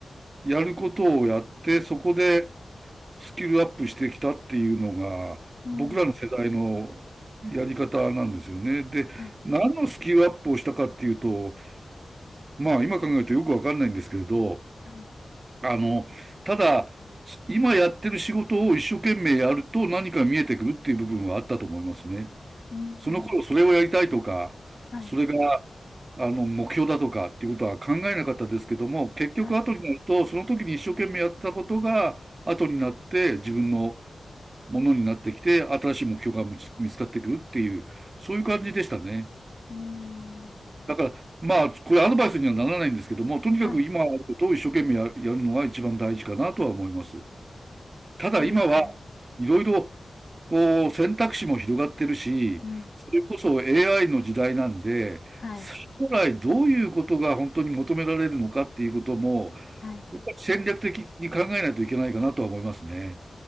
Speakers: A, on the right; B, on the left.
A: やることをやって、そこでスキルアップしてきたっていうのが、
B: うん。
A: 僕らの世代のやり方なんですよね。で、
B: はい。
A: 何のスキルアップをしたかっていうと、まあ今考えるとよくわかんないんですけれど、
B: はい。
A: あの、ただ、今やってる仕事を一生懸命やると何か見えてくるっていう部分はあったと思いますね。
B: うん。
A: その頃それをやりたいとか、
B: はい。
A: それが、あの、目標だとかっていうことは考えなかったですけども、結局後になると、
B: はい。
A: その時に一生懸命やったことが後になって自分のものになってきて、新しい目標が見つかってくるっていう、そういう感じでしたね。
B: うーん。
A: だから、まあ、これアドバイスにはならないんですけども、とにかく今あることを一生懸命ややるのが一番大事かなとは思います。
B: はい。
A: ただ今はいろいろ、
B: そうですね。
A: こう、選択肢も広がってるし、
B: うん。
A: それこそ AI の時代なんで、
B: はい。
A: 将来どういうことが本当に求められるのかっていうことも、
B: はい。
A: やっぱり戦略的に考えないといけないかなとは思いますね。